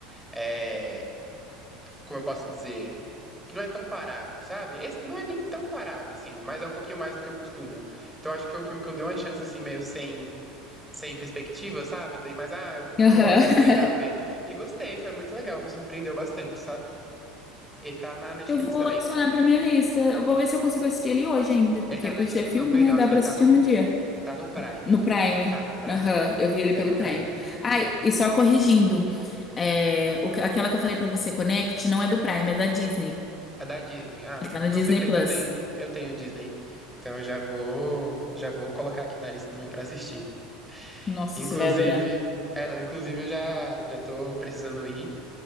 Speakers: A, in the centre; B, on the left.
A: é, como eu posso dizer, que não é tão parado, sabe? Esse não é nem tão parado, assim, mas é um pouquinho mais do que eu costumo. Então acho que foi um filme que eu dei uma chance assim, meio sem, sem perspectiva, sabe? Dei mais, ah, é um filme
B: Aham.
A: do Oscar, vou tentar ver.
B: <laughs>
A: E gostei, foi muito legal, me surpreendeu bastante, sabe? Ele tá na Netflix
B: Eu vou
A: também.
B: adicionar pra minha lista. Eu vou ver se eu consigo assistir ele hoje ainda, porque
A: Ele tá
B: por
A: na Netflix,
B: ser filme,
A: não, perdão.
B: né? Dá
A: Acho que
B: pra
A: ele
B: assistir
A: tá no.
B: num dia.
A: Tá no Prime.
B: No Prime.
A: Tá no Prime,
B: Aham,
A: é.
B: eu vi ele
A: Ele
B: pelo
A: é do Prime.
B: Prime. Ai,
A: É.
B: e só corrigindo, é, o que- aquela que eu falei pra você, Connect, não é do Prime, é da Disney.
A: É da Disney. Ah,
B: Ele tá no
A: não,
B: Disney
A: perfeito,
B: Plus.
A: eu tenho. Eu tenho Disney. Então eu já vou. Já vou colocar aqui na lista também pra assistir.
B: Nossa,
A: Inclusive.
B: você vai adorar.
A: É, não, inclusive eu já, já tô precisando ir.